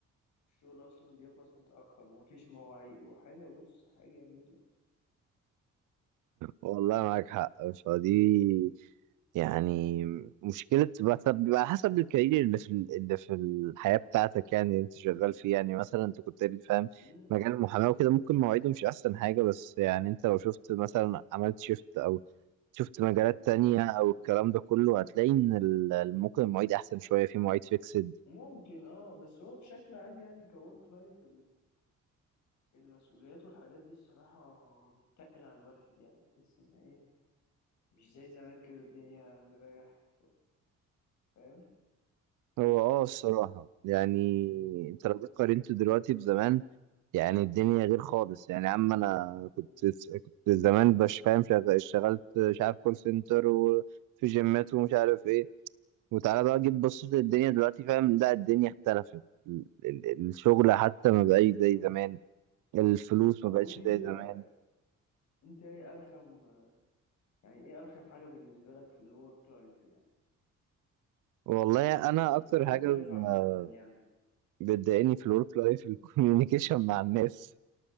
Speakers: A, on the left; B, on the right.
A: الشغل اصلا بيخلص متاخر ومفيش مواعيد وحاجه بص حاجه نيله
B: والله معاك حق فدي يعني مشكلة بس بيبقى حسب الكارير اللي في اللي في الحياة بتاعتك يعني اللي انت شغال فيه يعني مثلا انت كنت قايل لي فاهم
A: مم.
B: مجال المحاماة وكده ممكن مواعيده مش أحسن حاجة بس يعني انت لو شفت مثلا عملت شيفت أو شفت مجالات تانية أو الكلام ده كله هتلاقي إن ال- ممكن المواعيد أحسن شوية في مواعيد فيكسد
A: ممكن اه بس هو بشكل عام يعني كورك لايف المسؤوليات والحاجات دي الصراحه بتتقل على الواحد يعني تحس ان ايه مش زي زمان كده الدنيا مريحه فاهم
B: هو
A: يعني
B: اه الصراحة يعني
A: مم.
B: انت لو جيت قارنت دلوقتي بزمان يعني الدنيا غير خالص يعني يا عم انا
A: مم.
B: كنت كنت زمان مش فاهم شغ- اشتغلت مش عارف كول سنتر وفي جيمات ومش عارف ايه وتعالى بقى جيب بصيت الدنيا دلوقتي فاهم لا الدنيا اختلفت ال- ال- الشغل حتى ما بقاش زي
A: مم.
B: زمان الفلوس
A: طب
B: ما
A: قول
B: بقتش
A: لي
B: زي
A: انت
B: زمان
A: انت ايه ارخم يعني ايه ارخم حاجه بالنسبه لك في الورك لايف يعني
B: والله انا
A: يعني
B: اكتر
A: في الورك
B: حاجه
A: لايف
B: ب-
A: عامه يعني
B: بتضايقني في الورك لايف الكوميونيكيشن <laughs> مع الناس